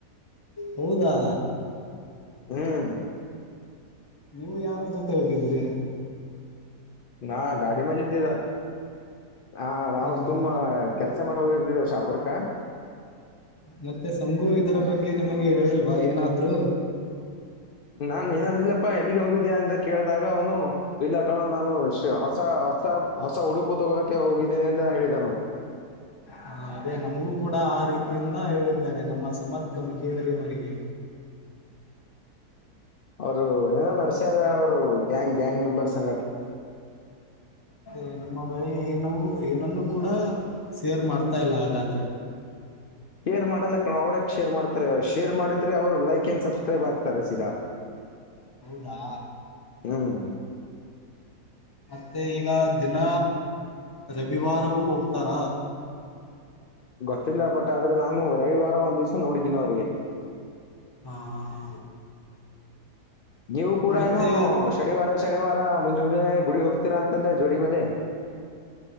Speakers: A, on the left; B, on the left.
A: ಹೌದಾ
B: <unintelligible>
A: ನೀವು ಯಾರ ಜೊತೆ ಹೋಗಿದ್ರಿ?
B: ನಾ ಗಾಡಿ ಮೇಲ್ ಇದ್ದೀವ. ಆ ನಾವ್
A: ಹ್ಮ್
B: ಸುಮ್ಮ ಕೆಲ್ಸ ಮೇಲ್ ಹೋಗಿರ್ತೀವ ಶಾಪುರಕ್ಕ.
A: ಮತ್ತೆ ಸಂಗು ಇದರ ಬಗ್ಗೆ ನಿಮಗೆ ಹೇಳಿಲ್ವಾ ಏನಾದ್ರು?
B: ನಾನ್ ಏನ್ ಅಂದಿಲ್ಲಪ್ಪಾ ಎಲ್ಲಿಗೆ ಹೋಗಿದ್ಯಾ ಅಂತ ಕೇಳ್ದಾಗ ಅವನು ಇಲ್ಲ ಕಣೋ ನಾನು ಹೊಸ ಹೊಸ ಹೊಸ ಉಡುಪು ತಗೋಳಕ್ಕೆ ಹೋಗಿದ್ದೀನಿ ಅಂತ ಹೇಳಿದಾನು.
A: ಹಾಂ ಅದೇ ನಮಗೂ ಕೂಡ ಆ ರೀತಿಯಿಂದ ಹೇಳಿದ್ದಾರೆ ನಮ್ಮ ಸಮರ್ ಕಮಿಕೇರಿಯವರಿಗೆ.
B: ಅವ್ರು ಏನ ನಡಸ್ಯಾರ ಅವ್ರು ಗ್ಯಾಂಗ್ ಗ್ಯಾಂಗ್ ಮೆಂಬರ್ಸ್ ಸಂಘಟ್
A: ಅದೇ ನಿಮ್ಮ ಬಳಿ ಏನವು ಏನನ್ನು ಕೂಡ ಸೇರ್ ಮಾಡ್ತಾ ಇಲ್ಲ ಹಾಗಾದ್ರೆ.
B: ಶೇರ್ ಮಾಡಲ್ಲ ಕಣೋ ಅವ್ರ್ ಯಾಕ್ ಶೇರ್ ಮಾಡ್ತಾರೆ ಅವ್ರ್ ಶೇರ್ ಮಾಡಿದ್ರೆ ಅವ್ರ್ ಲೈಕ್ ಅಂಡ್ ಸಬ್ಸ್ಕ್ರೈಬ್ ಆಗ್ತಾರೆ ಸೀದಾ.
A: ಹೌದಾ?
B: ಹ್ಮ್
A: ಮತ್ತೆ ಈಗ ದಿನ ರವಿವಾರವೂ ಹೋಗ್ತಾರ?
B: ಗೊತ್ತಿಲ್ಲ ಬಟ್ ಆದ್ರೆ ನಾನು ರವಿವಾರ ಒಂದ್ ದಿವ್ಸ ನೋಡಿದ್ದೀನ್ ಅವ್ರ್ ಗೆ.
A: ಹಾಂ ಹಾಂ
B: ನೀವು ಕೂಡನೂ
A: ಮತ್ತೆ
B: ಶನಿವಾರ ಶನಿವಾರ ಮುಂಜ್ ಮುಂಜಾನೆ ಗುಡಿ ಹೋಗ್ತೀರಾ ಅಂತಲ್ಲೇ ಜೋಡಿ ಮೇಲೆ